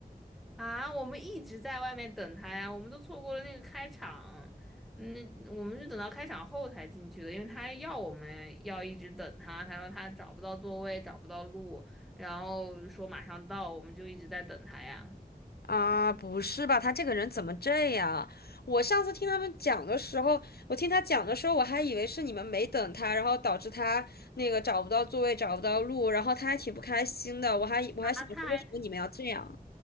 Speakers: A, in the centre; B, on the left (about 85°).
A: 啊，我们一直在外面等他呀，我们都错过了那个开场。嗯，我们是等到开场后才进去的，因为他要我们要一直等他，他说他找不到座位，找不到路，然后说马上到，我们就一直在等他呀。
B: 啊，不是吧？他这个人怎么这样啊？我上次听他们讲的时候，我听他讲的时候，我还以为是你们没等他，然后导致他那个找不到座位，找不到路，然后他还挺不开心的。我还我还想说，
A: 啊，他还
B: 为什么你们要这样？